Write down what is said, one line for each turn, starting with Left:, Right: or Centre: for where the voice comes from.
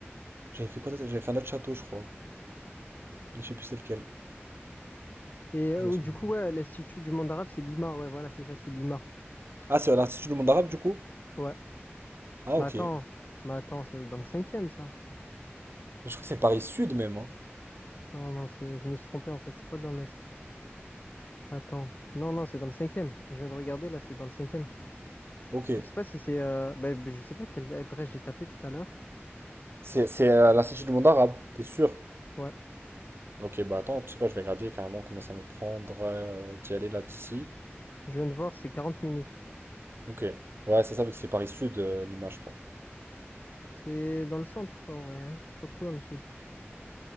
Right: J'avais fait quoi d'autre? J'avais fait un autre château, je crois. Mais je sais plus c'est lequel.
Left: Et euh,
Right: Je m'en souviens.
Left: du coup, ouais, l'institut du monde arabe, c'est Lima. Ouais, voilà, c'est ça, c'est Lima.
Right: Ah, c'est à l'Institut du monde arabe, du coup?
Left: Ouais.
Right: Ah,
Left: Mais
Right: ok.
Left: attends,
Right: Mais
Left: mais attends, c'est dans le cinquième, ça.
Right: je crois que c'est Paris Sud, même. hein.
Left: Non, non, c'est, je me suis trompé en fait, c'est pas dans l'Est. Attends. Non, non, c'est dans le cinquième. Je viens de regarder, là, c'est dans le cinquième.
Right: Ok.
Left: Je sais pas si c'est, euh... ben, je sais pas quelle adresse j'ai tapé tout à l'heure.
Right: C'est c'est à l'Institut du monde arabe, t'es sûr?
Left: Ouais.
Right: Ok, bah attends, tu sais quoi, je vais regarder carrément combien ça me prendrait euh, d'y aller là d'ici.
Left: Je viens de voir, c'est 40 minutes.
Right: Ok. Ouais, c'est ça, vu que c'est Paris Sud, euh, l'image, je crois.
Left: C'est dans le centre, en vrai. hein. C'est pas trop dans le sud.